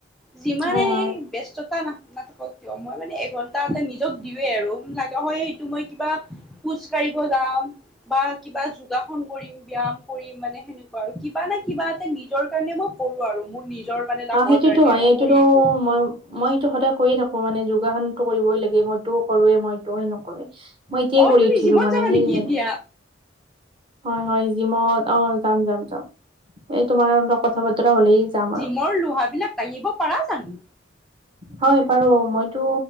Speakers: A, in the centre; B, on the right.
A: যিমানে
B: হয় হয়
A: ব ব্যস্ততা না নাথাকক কিয়, মই মানে এ। তাতে নিজক দিয়ে আৰু লাগা হ'য়, সেইটো মই কিবা খোজ কাঢ়িব যাম বা কি। বা যোগাসন কৰিম ব্যাম কৰিম মানে সেনেকুৱা আৰু কিবা না কিবা এ নিজৰ কাৰণে মই কৰো আৰু। মোৰ নিজৰ মানে লাভৰ
B: অঁ, সেইতোটো
A: কাৰণে
B: হ'য়েই।
A: আৰু শৰীৰটো
B: কিন্তু মই, মই সেইতোটো সদায় কৰিয়েই থাকো। মানে যোগাসন। টো কৰিবই লাগে মইটো কৰোৱে মইটো সি নকৰে। মই এতিয়াই
A: অ
B: কৰি
A: তুমি
B: উঠিলো
A: জিমত
B: মানে
A: যাবা
B: সেই
A: নেকি
B: জানো।
A: এতিয়া
B: হয়, হয়, জিমত অ যাম, যাম, যাম। তোমাৰ লগ কথা বতৰা হ'লেই যাম আৰু।
A: তই লোহাবিলাক কঢ়িয়াব পাৰ জানো?
B: হয় পাৰো মইতো